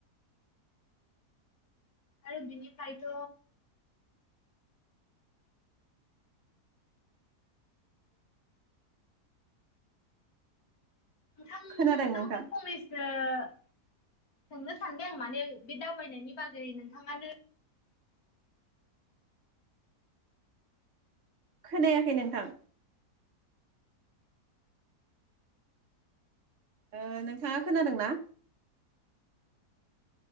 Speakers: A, on the left; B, on the right.
A: आरो बिनि फ्रायथ' नोंथां
B: खोनादों
A: नावनो
B: नोंथां
A: फंनैसो सोंनो सानदों आं माने बे दावबायनायनि बागै नोंथाङानो
B: खोनायाखै नोंथां। ओ नोंथाङा खोनादोंना?